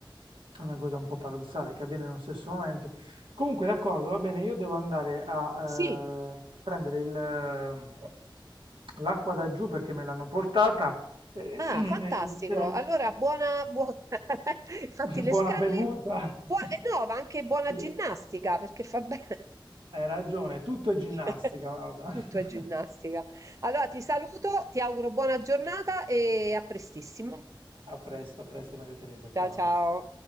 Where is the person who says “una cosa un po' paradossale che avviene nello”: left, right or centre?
Right